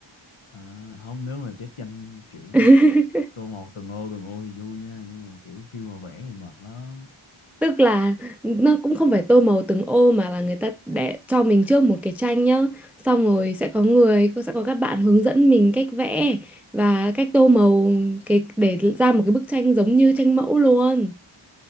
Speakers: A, on the left (about 80°); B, in the centre.
A: à, không nếu mà chép tranh kiểu
B: <laughs>
A: tô màu từng ô từng ô thì vui nha nhưng mà kiểu kêu mà vẽ thì mệt lắm
B: Tức là nó cũng không phải tô màu từng ô mà là người ta để cho mình trước một cái tranh nhá. Xong rồi sẽ có người, sẽ có các bạn hướng dẫn mình cách vẽ và cách tô màu cái để ra một cái bức tranh giống như tranh mẫu luôn.